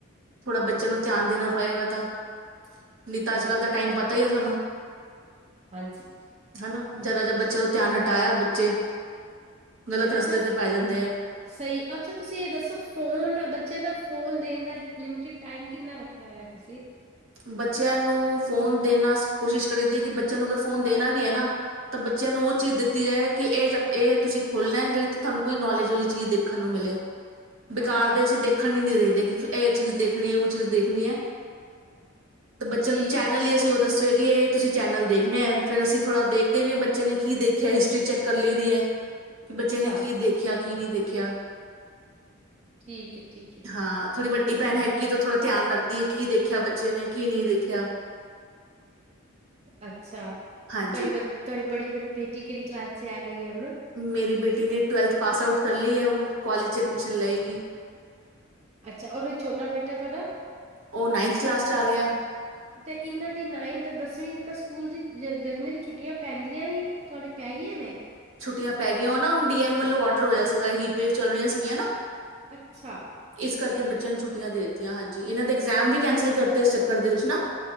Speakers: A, on the right; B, on the right.
A: ਥੋੜ੍ਹਾ ਬੱਚਿਆਂ
B: ਹਾਂ,
A: ਨੂੰ ਧਿਆਨ ਦੇਣਾ ਪਏਗਾ ਤਾਂ। ਨਹੀਂ ਤਾਂ ਅੱਜ
B: ਬਿਲਕੁਲ,
A: ਕੱਲ੍ਹ ਦਾ ਟਾਈਮ ਪਤਾ ਹੀ ਆ ਥੋਨੂੰ,
B: ਹਾਂਜੀ।
A: ਹਨਾ ਜ਼ਰਾ ਜਿਹਾ ਬੱਚੇ
B: ਸ
A: ਤੋਂ ਧਿਆਨ ਹਟਾਇਆ, ਬ ਜੇ, ਗਲਤ ਰਸਤੇ
B: ਅੱਛਾ
A: ਤੇ ਪੈ ਜਾਂਦਾ।
B: ਸਹੀ ਅੱਛਾ ਤੁਸੀਂ ਇਹ ਦੱਸੋ ਫੋਨ ਬੱਚਿਆਂ ਦਾ ਫੋਨ, ਦੇਣ ਦਾ ਲਿਮਿਟਡ ਟਾਈਮ ਕਿੰਨਾ ਰੱਖਿਆ ਹੋਆ ਤੁਸੀਂ
A: ਬੱਚਿਆਂ ਨੂੰ ਫ਼ੋਨ ਦੇਣਾ ਕੋਸ਼ਿਸ਼ ਕਰੀ ਦੀ ਹੈ ਕਿ ਬੱਚਿਆਂ ਨੂੰ ਅਗਰ ਫੋਨ ਦੇਣਾ ਵੀ ਹੈ ਨਾ ਤਾਂ ਬੱਚਿਆਂ ਨੂੰ ਉਹ ਚੀਜ਼ ਦਿੱਤੀ ਜਾਏ, ਕਿ ਇਹ ਇਹ ਤੁਸੀਂ ਖੋਲਣਾ ਜਿਹੜੀ ਤੁਹਾਨੂੰ ਕੋਈ ਨੌਲੇਜ ਵਾਲੀ ਚੀਜ਼ ਦੇਖਣ ਨੂੰ ਮਿਲੇ। ਬੇਕਾਰ
B: ਅੱਛਾ,
A: ਦੇ ਅਸੀਂ ਦੇਖਣ ਹੀ ਨੀ ਦਈ ਐ ਕਿ ਫੇਰ ਇਹ, ਚੀਜ਼ ਦੇਖਣੀ ਹੈ ਉਹ ਚੀਜ਼ ਦੇਖਣੀ ਹੈ। ਤੇ ਬੱਚਿਆ
B: ਠੀਕ
A: ਨੂੰ ਚੈਨਲ
B: ਐ,
A: ਹੀ ਅਸੀਂ ਉਹ ਦੱਸੇ। ਕਿ ਇਹ ਤੁਸੀਂ ਚੈਨਲ ਦੇਖਣੇ ਹੈ, ਫੇਰ ਅਸੀਂ ਥੋੜ੍ਹਾ ਦੇਖਦੇ ਵੀ ਹੈ, ਬੱਚੇ ਨੇ ਕੀ ਦੇਖਿਆ ਹਿਸਟਰੀ ਚੈੱਕ ਕਰ ਲਈ ਦੀ ਹੈ। ਕਿ ਬੱਚਿਆਂ
B: ਅੱਛਾ,
A: ਨੇ ਕੀ ਦੇਖਿਆ। ਕੀ ਨਹੀਂ ਦੇਖਿਆ।
B: ਠੀਕ ਐ, ਠੀਕ ਐ।
A: ਹਾਂ ਥੋੜੀ ਵੱਡੀ ਭੈਣ
B: ਹੂੰ,
A: ਹੈਗੀ ਤੇ ਥੋੜਾ ਧਿਆਨ ਰੱਖ ਕੀ ਦੇਖਿਆ ਬ ਬੱਚੇ ਨੇ ਕੀ ਨਹੀਂ ਦੇਖਿਆ।
B: ਅੱਛਾ ਤੁਹਾਡੀੇ
A: ਹਾਂਜੀ
B: ਵੀ ਤੁਹਾਡੇ ਬੜ ਬੇਟੀ ਕਿੜੀ ਕਲਾਸ ਚ ਆ ਗਈ ਹੈ ਹੁਣ
A: ਮੇਰੀ ਬੇਟੀ ਨੇ ਟਵਲਥ ਪਾਸ ਆਊਟ ਕਰ ਲਈ ਹੈੁ ਕਾਲਜ ਚ ਐਡਮਿਸ਼ਨ ਲਏਗੀ
B: ਅੱਛਾ ਔਰ ਇਹ ਛੋਟਾ ਬੇਟਾ ਤੁਹਾਡਾ
A: ਉਹ ਨਾਈਨਥ ਕਲਾਸ 'ਚ ਆ ਗਿਆ
B: ਤੇ ਇਹਨਾਂ ਦੀ ਨਾਈਨਥ ਦਸਵੀਂ ਦੀ ਤਾਂ ਸਕੂਲ ਚ ਗਰਮੀਆਂ ਦੀ ਛੁੱਟੀਆਂ ਪੈਂਦੀਆਂ ਹੀ ਥੋੜੀਆਂ ਪੈ ਗਈਆਂ ਨੇ
A: ਛੁੱਟ ਪੈ ਗਈ ਉਹ ਨਾ ਹੁਣ ਡੀਐਮ ਵੱਲੋਂ ਡਰ ਹੋਇਆ ਸੀਗਾ ਹੀਟਵੇੇਵ ਚੱਲ ਰਹੀ ਸੀਗੀਆਂ ਨਾ
B: ਅੱਛਾ
A: ਇਸ ਕਰਕੇ
B: ਠੀਕ
A: ਬੱਚਿਆਂ ਨੂੰ ਛੁੱਟੀਆਂ ਦੇ ਦਿੱ ਆਂ ਹਾਂਜੀ ਇਹਨਾਂ ਦੇ ਇਗਜ਼ਾਮ ਵੀ ਕੈਂਸਲ ਕਰਤੇ ਇਸ ਚੱਕਰ ਦੇ ਵਿੱਚ ਨਾ